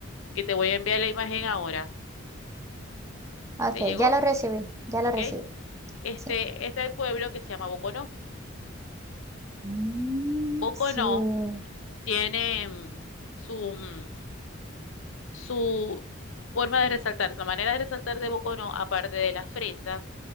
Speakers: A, on the left; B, on the right.
A: que te voy a enviar la imagen ahora.
B: Ok,
A: ¿Te llegó?
B: ya lo recibí, ya
A: ¿Ok?
B: lo recibí.
A: Este,
B: sí.
A: este es el pueblo que se llama Boconó.
B: Mm,
A: Boconó
B: sí.
A: tiene mm, su mm, su forma de resaltar, la manera de resaltar de Bocono, aparte de las fresas